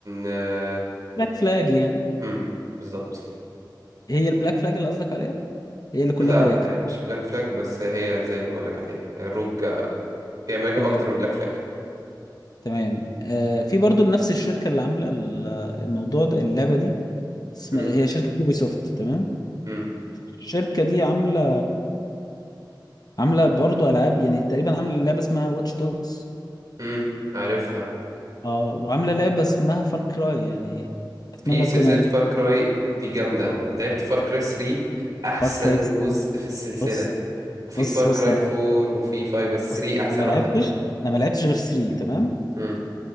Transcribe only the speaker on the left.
بلاك فلاج يعني
هي البلاك فلاج اللي قصدك عليها هي اللي كلها
مراكب
اوكي
تمام آه في برضو نفس الشركه اللي عامله ال- الموضوع ده اللعبه دي اسمها
هي شركه يوبي سوفت تمام
الشركه دي عامله عامله برضو العاب يعني تقريبا عامله لعبه اسمها واتش دوجز
اه وعامله لعبه اسمها فار كراي يعني اتمنى
اكون عارف
اه
فار كراي 3
بص
بص
بص انا
بص
انا ما
لعبتش انا ما لعبتش غير 3 تمام